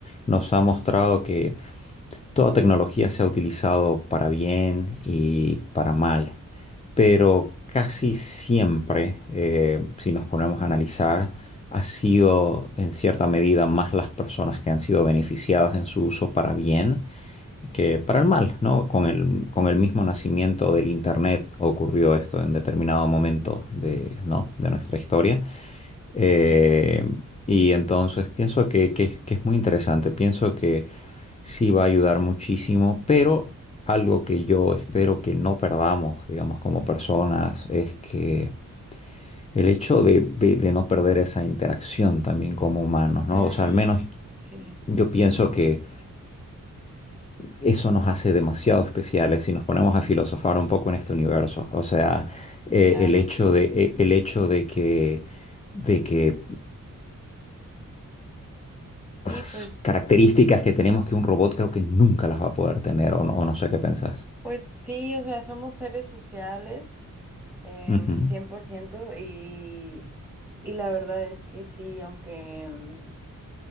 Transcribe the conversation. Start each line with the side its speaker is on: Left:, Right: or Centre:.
Left: nos ha mostrado que Toda tecnología se ha utilizado para bien y para mal, pero casi siempre, eh, si nos ponemos a analizar, ha sido en cierta medida más las personas que han sido beneficiadas en su uso para bien que para el mal, ¿no? Con el, con el mismo nacimiento del Internet ocurrió esto en determinado momento de, ¿no? de nuestra historia. Eh,
Centre: Sí.
Left: y entonces pienso que, que, que es muy interesante. Pienso que sí va a ayudar muchísimo, pero algo que yo espero que no perdamos, digamos, como personas, es que el hecho de, de- de no perder esa interacción también como humanos, ¿no?
Centre: Mm,
Left: O sea, al menos
Centre: sí,
Left: yo pienso que eso nos hace demasiado especiales si nos ponemos a filosofar un poco en este universo. O sea, eh,
Centre: claro.
Left: el hecho de, eh, el hecho de que... de que
Centre: Sí,
Left: las
Centre: pues,
Left: características que tenemos que un robot creo que nunca las va a poder tener, o no, o no sé qué pensás.
Centre: pues sí, o sea, somos seres sociales, em,
Left: Ujú,
Centre: 100% y, y la verdad es que sí, aunque, em,